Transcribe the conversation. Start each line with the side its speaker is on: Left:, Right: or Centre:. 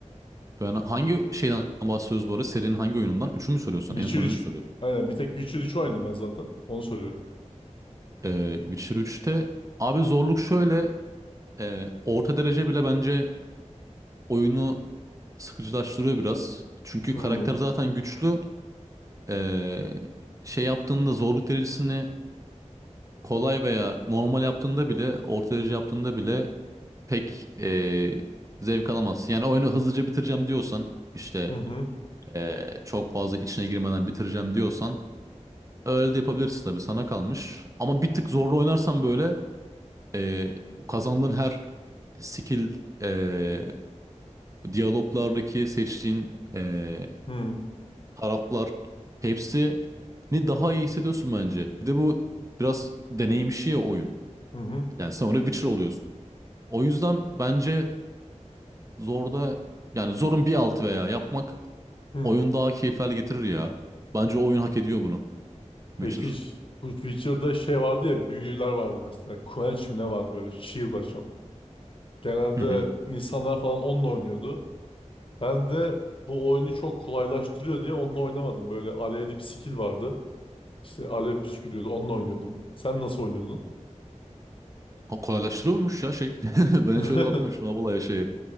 Right: Ben hangi şeyden bahsediyoruz bu arada? Serinin hangi oyunundan? Üçü mü söylüyorsun?
Left: Witcher
Right: En son
Left: 3.
Right: oyunu mu söylüyorsun?
Left: Aynen bir tek Witcher 3 oynadım ben zaten. Onu soruyorum.
Right: Eee Witcher üçte. abi zorluk şöyle eee, orta derece bile bence oyunu sıkıcılaştırıyor biraz. Çünkü
Left: Hmm,
Right: karakter zaten güçlü. Ee, şey yaptığında zorluk derecesini kolay veya normal yaptığında bile, orta derece yaptığında bile pek ee, zevk alamazsın. Yani oyunu hızlıca bitireceğim diyorsan, işte
Left: Hı hı.
Right: ee, çok fazla içine girmeden bitireceğim diyorsan öyle de yapabilirsin tabii sana kalmış. Ama bir tık zorlu oynarsan böyle ee, kazandığın her skill ee, diyaloglardaki seçtiğin ee,
Left: Hı hı.
Right: taraflar hepsini daha iyi hissediyorsun bence. Bir de bu biraz deneyim işi ya oyun.
Left: Hı.
Right: Yani sonra Witcher oluyorsun. O yüzden bence zorda yani zorun bir altı veya yapmak
Left: hı.
Right: oyun daha keyif hale getirir ya. Bence oyun hak ediyor bunu.
Left: Peki
Right: Witcher.
Left: ş- bu Witcher'da şey vardı ya büyüler vardı mesela. Quench mi ne vardı böyle shield açan. Genelde
Right: Hı hı.
Left: insanlar falan onunla oynuyordu. Ben de bu oyunu çok kolaylaştırıyor diye onunla oynamadım. Böyle alevli bir skill vardı. İşte alev püskürüyordu onunla oynuyordum. Sen nasıl oynuyordun?
Right: Ha, kolaylaştırıyormuş ya şey. <laughs> Ben
Left: <laughs>
Right: hiç öyle bakmamıştım abi olaya şeye.